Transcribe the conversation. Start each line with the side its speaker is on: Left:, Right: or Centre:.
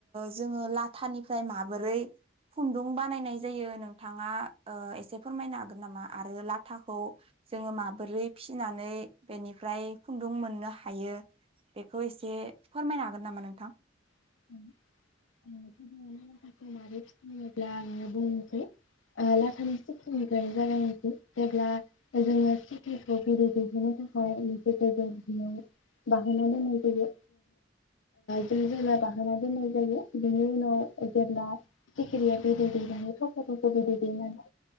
Right: जोङो लाथानिफ्राय माबोरै खुन्दुं बानायनाय जायो? नोंथाङा ओ एसे फोरमायनो हागोन नामा? आरो लाथाखौ जोङो माबोरै फिनानै बेनिफ्राय खुन्दुं मोननो हायो? बेखौ एसे फोरमायनो हागोन हागोन नामा नोंथां?
Left: <unintelligible> ब्ला आङो बुंनोसै लाथानि सिकिनिफ्रायनो जागायनोसै जेब्ला जोङो सिख्रिखौ बिदै दैहोनो थाखाय मोनसे <unintelligible> बाहोना दोननाय जायो जोङो <unintelligible> बाहोना दोननाय जायो, बिनि उनाव जेब्ला सिखिरिया बिदै दैनानै थफ थफ बिदै दैनानै।